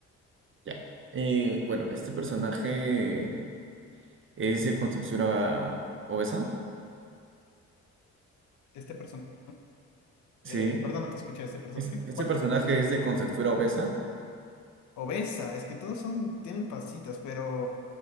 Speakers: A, on the right (about 40°); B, on the left (about 70°).
A: Ya. Eh, bueno, este personaje es de contextura obesa.
B: Este personaje.
A: Sí.
B: Eh, perdón, no te escuché este personaje.
A: Es- este
B: ¿Cuál?
A: personaje es de contextura obesa.
B: Obesa, es que todos son, tienen pasitas, pero